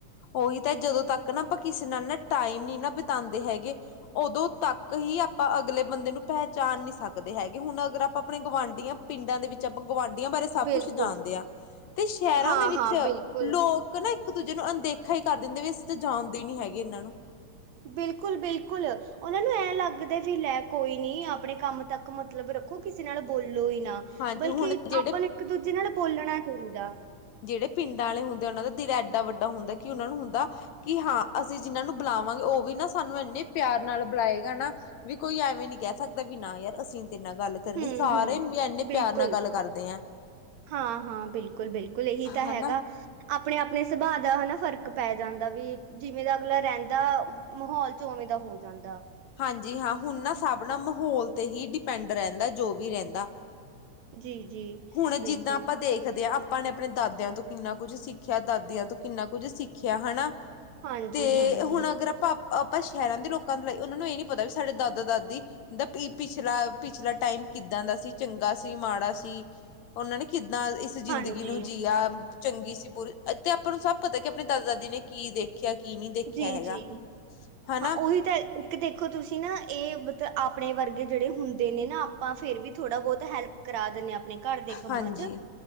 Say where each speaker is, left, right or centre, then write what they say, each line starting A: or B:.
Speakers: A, on the left; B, on the right.
A: ਓ ਹੀ ਤਾਂ ਜਦੋਂ ਤੱਕ ਨਾ, ਆਪਾਂ ਕਿਸੇ ਨਾਲ ਨਾ ਟਾਈਮ ਨਾ ਬਿਤਾਂਦੇ ਹੈਗੇ। ਉਦੋਂ ਤੱਕ ਹੀ ਆਪਾਂ ਅਗਲੇ ਬੰਦੇ ਨੂੰ ਪੈਹਚਾਣ ਨੀ ਸਕਦੇ ਹੈਗੇ, ਹੁਣ ਅਗਰ ਆਪ ਆਪਣੇ ਗੁਵਾਢੀਆਂ ਪਿੰਡਾਂ ਦੇ ਵਿੱਚ ਆਪਾਂ ਗੁਵਾਢੀਆਂ ਬਾਰੇ ਸਭ-ਕੁਛ
B: ਬਿਲਕੁਲ।
A: ਜਾਣਦੇ ਆਂ ਤੇ ਸੈ਼ਰਾਂ
B: ਹਾਂ-ਹਾਂ
A: ਦੇ ਵਿੱਚ
B: ਬਿਲਕੁਲ।
A: ਲੋਕ ਨਾ ਇੱਕ ਦੂਜੇ ਨੂੰ ਅਣਦੇਖਾ ਈ ਕਰ ਦਿੰਦੇ, ਵੀ ਅਸੀਂ ਤਾਂ ਜਾਣਦੇ ਨੀ ਹੈਗੇ, ਏਨਾਂ ਨੂੰ
B: ਬਿਲਕੁਲ-ਬਿਲਕੁਲ। ਉਹਨਾਂ ਨੂੰ ਐਂ ਲੱਗਦਾ ਵੀ ਲੈ ਕੋਈ ਨੀ, ਆਪਣੇ ਕੰਮ ਤੱਕ ਮਤਲਬ ਰੱਖੋ, ਕਿਸੇ ਨਾਲ ਬੋਲੋ ਈ ਨਾ।
A: ਹਾਂਜੀ
B: ਬਲ
A: ਹੁਣ
B: ਕੇ
A: ਜਿਹੜੇ
B: ਆਪਾਂ ਨੂੰ ਇੱਕ-ਦੂਜੇ ਨਾਲ ਬੋਲਣਾ ਚਾਹੀਦਾ।
A: ਜੇੜੇ ਪਿੰਡਾਂ ਆਲੇ ਹੁੰਦੇ ਆ ਉਨ੍ਹਾ ਦਿਲ ਐਡਾ-ਵੱਡਾ ਹੁੰਦਾ, ਕਿ ਉਨ੍ਹਾ ਨੂੰ ਹੁੰਦਾ। ਕਿ ਹਾਂ, ਅਸੀਂ ਜਿੰਨਾਂ ਨੂੰ ਬੁਲਾਵਾਂਗੇ ਓ ਵੀ ਨਾ, ਸਾਨੂੰ ਐਨੇ ਪਿਆਰ ਨਾਲ ਬੁਲਾਏਗਾ ਨਾ। ਵੀ ਕੋਈ ਐਵੇਂ ਨੀ ਕੈ ਸਕਦਾ ਵੀ ਨਾ ਯਾਰ, ਅਸੀਂ ਨੀ ਤੇਰੇ ਨਾਲ ਗੱਲ ਕਰ ਕਰਨੀ
B: ਹੂੰ-ਹੂੰ
A: ਸਾਰੇ ਵੀ ਐਨੇ
B: ਬਿਲਕੁਲ।
A: ਪਿਆਰ ਨਾਲ ਗੱਲ ਕਰਦੇ ਐ।
B: ਹਾਂ-ਹਾਂ, ਬਿਲਕੁਲ-ਬਿਲਕੁਲ ਏਹੀ ਤਾਂ
A: ਹਨਾ
B: ਹੈਗਾ। ਆਪਣੇ-ਆਪਣੇ ਸੁਭਾਅ ਦਾ ਹਨਾ ਫ਼ਰਕ ਪੈ ਜਾਂਦਾ, ਵੀ ਜਿਵੇਂ ਦਾ ਅਗਲਾ ਰੈਂਦਾ। ਮਾਹੌਲ ਚ ਓਵੇਂ ਦਾ ਹੋ ਜਾਂਦਾ।
A: ਹਾਂਜੀ ਹਾਂ, ਹੁਣ ਨਾ ਸਭ ਨਾਲ ਮਾਹੌਲ ਤੇ ਹੀ ਡਿਪੈਂਡ ਰੈਂਦਾ ਜੋ ਵੀ ਰੈਂਂਦਾ।
B: ਜੀ-ਜੀ
A: ਹੁਣ
B: ਬਿਲਕੁਲ
A: ਜਿੱਦਾਂ ਆਪਾਂ ਦੇਖਦੇ ਆਂ। ਆਪਾ ਨੇ ਆਪਣੇ ਦਾਦੇਆਂ ਤੋਂ ਕਿੰਨਾ ਕੁਛ ਸਿੱਖਿਆ, ਦਾਦੀਆਂ ਤੋਂ ਕਿੰਨਾ ਕੁੱਝ ਸਿੱਖਿਆ ਹਨਾ।
B: ਹਾਂਜੀ-ਹਾਂਜੀ।
A: ਤੇ ਹੁਣ ਅਗਰ ਆਪਾਂ-ਆਪਾਂ ਸ਼ਹਿਰਾਂ ਦੇ ਲੋਕਾਂ ਦੇ ਲਈ ਉਹਨਾਂ ਨੂੰ ਏ ਨੀ ਪਤਾ ਵੀ ਸਾਡੇ ਦਾਦਾ-ਦਾਦੀ ਦਾ ਪਿ ਪਿਛਲਾ-ਪਿਛਲਾ ਟਾਈਮ ਕਿੱਦਾਂ ਦਾ ਸੀ ਚੰਗਾ ਸੀ ਮਾੜਾ ਸੀ। ਉਨਾਂ ਨੇ ਕਿੱਦਾਂ ਇਸ ਜ਼ਿੰਦਗੀ
B: ਹਾਂਜੀ
A: ਨੂੰ ਜੀਆ ਚੰਗੀ ਸੀ ਬੂਰੀ ਤੇ ਆਪਾਂ ਨੂੰ ਸਭ ਪਤਾ ਕਿ ਆਪਨੇ ਦਾਦਾ-ਦਾਦੀ ਨੇ ਕੀ ਦੇ ਖਿਆ ਕੀ ਨੀ ਦੇਖਿਆ
B: ਜੀ-ਜੀ
A: ਹੈਗਾ ਹਨਾ।
B: ਹਾਂ ਉਹੀ ਤਾਂ ਇੱਕ ਦੇਖੋ ਤੁਸੀਂ ਨਾ ਏ ਮਤਲਬ ਆਪਨੇ ਵਰਗੇ ਜੇੜੇ ਹੁੰਦੇ ਨੇ ਨਾ ਆਪਾਂ ਫੇਰ ਵੀ ਥੋੜ੍ਹਾ ਬੋਹਤ ਹੈਲਪ ਕਰਾ ਦਿੰਨੇ ਆ ਅਪਨੇ ਘਰ ਦੇ ਕੰਮਾਂ
A: ਹਾਂਜੀ
B: ਚ।